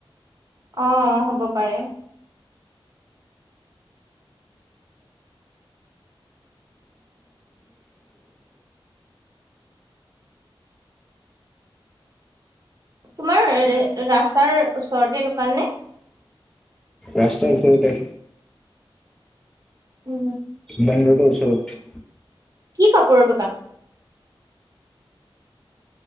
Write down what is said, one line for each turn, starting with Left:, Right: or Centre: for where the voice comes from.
Right: অ' হ'ব পাৰে। তোমাৰ ৰাস্তাৰ ওচৰতে দোকান নে?
Centre: ৰাস্তাৰ ওচৰতে।
Right: উম।
Centre: মেইন ৰোডৰ ওচৰত।
Right: কি কাপোৰৰ দোকান?